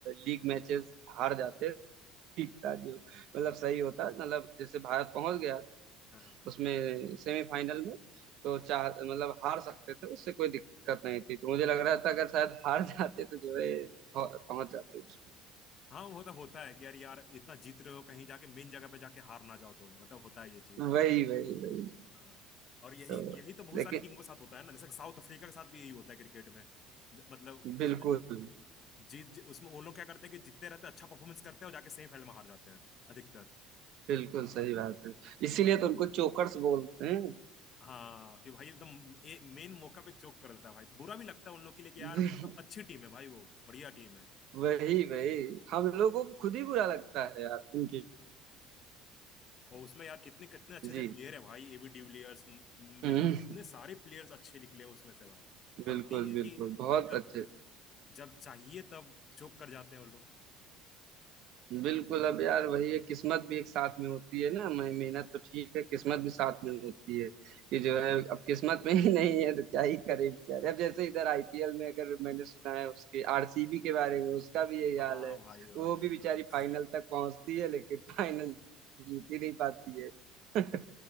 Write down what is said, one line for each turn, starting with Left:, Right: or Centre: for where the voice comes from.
Right: लीग मैचेस हार जाते ठीक था जो मतलब सही होता मतलब जैसे भारत पहुंच गया
Left: हाँ हाँ
Right: उसमें सेमीफाइनल में तो चाह मतलब हार सकते थे उससे कोई दिक्कत नहीं थी तो मुझे लग रहा था अगर शायद हार जाते तो जो है पहुंच जाते उसमें
Left: हाँ वो तो होता है कि यार यार इतना जीत रहे हो कहीं जाके मेन जगह पे जाके हार ना जाओ तुम मतलब होता है ये चीज
Right: वही वही वही
Left: हाँ और यही
Right: तो
Left: यही तो बहुत
Right: लेकिन
Left: सारी टीमों के साथ होता है ना जैसे साउथ अफ्रीका के साथ भी यही होता है क्रिकेट में ज- मतलब उसमें
Right: बिल्कुल
Left: जीत जी- उसमें वो लोग क्या करते हैं कि जीतते रहते हैं अच्छा परफॉर्मेंस करते हैं और जाके सेमीफाइनल में हार जाते हैं अधिकतर
Right: बिल्कुल सही बात है इसीलिए तो उनको चोकर्स बोलते हैं
Left: हाँ कि भाई एकदम मेन मौका पे चोक कर देता है भाई बुरा भी लगता है उन लोग के लिए कि
Right: <laughs>
Left: यार मतलब अच्छी टीम है भाई वो बढ़िया टीम है
Right: वही वही वही, हम लोगों को खुद ही बुरा लगता है यार इनकी
Left: और उसमें यार कितने कितने अच्छे अच्छे
Right: जी
Left: प्लेयर है भाई एबी डिविलियर्स म-
Right: हम्म,
Left: मिलर कितने सारे प्लेयर्स अच्छे निकले हैं उसमें से भाई
Right: बिल्कुल
Left: पर वही है
Right: बिल्कुल
Left: कि
Right: बहुत
Left: जब
Right: अच्छे
Left: जब चाहिए तब चोक कर जाते हैं वो लोग
Right: बिल्कुल अब यार वही है किस्मत भी एक साथ में होती है ना मैं मेहनत तो ठीक है किस्मत भी साथ में होती है ये जो है अब किस्मत में ही <laughs> नहीं है तो क्या ही करे बेचारे अब जैसे इधर आईपीएल में अगर मैंने सुना है उसके आरसीबी के बारे में उसका भी यही हाल
Left: हाँ
Right: है
Left: भाई भाई
Right: वो
Left: भाई
Right: भी बेचारी
Left: हाँ
Right: फाइनल तक पहुंचती है लेकिन फाइनल जीत ही नहीं पाती है <laughs>